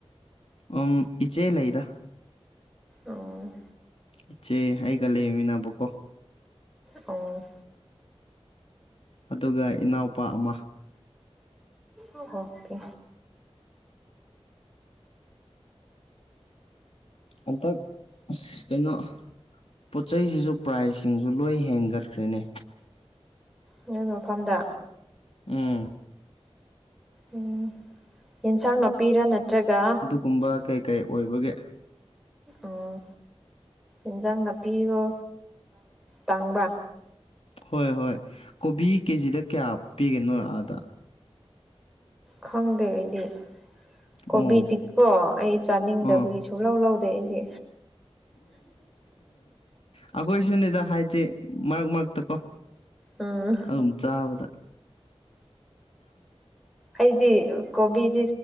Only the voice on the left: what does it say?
ꯑ ꯏꯆꯦ ꯂꯩꯗ
ꯏꯆꯦꯒꯥ ꯑꯩꯒꯥ ꯂꯩꯃꯤꯅꯥꯕꯀꯣ
ꯑꯗꯨꯒ ꯏꯅꯥꯎꯄꯥ ꯑꯃ
ꯍꯟꯗꯛ ꯀꯩꯅꯣ ꯄꯣꯠꯆꯩꯁꯤꯁꯨ ꯄ꯭ꯔꯥꯏꯖꯁꯤꯡꯁꯨ ꯂꯣꯏ ꯍꯦꯟꯒꯠꯈ꯭ꯔꯦꯅꯦ
ꯎꯝ
ꯀꯨꯝꯕ ꯀꯩ ꯀꯩ ꯑꯣꯏꯕꯒꯤ
ꯍꯣꯏ ꯍꯣꯏ ꯀꯣꯕꯤ ꯀꯦꯖꯤꯗ ꯀꯌꯥ ꯄꯤꯔꯤꯅꯣ ꯑꯥꯗ
ꯑꯣ
ꯑꯣ
ꯑꯣ ꯑꯩꯈꯣꯏꯁꯨꯅꯤꯗ ꯍꯥꯏꯗꯤ ꯃꯔꯛ ꯃꯔꯛꯇ ꯀꯣ
ꯑꯗꯨꯝ ꯆꯥꯕꯗ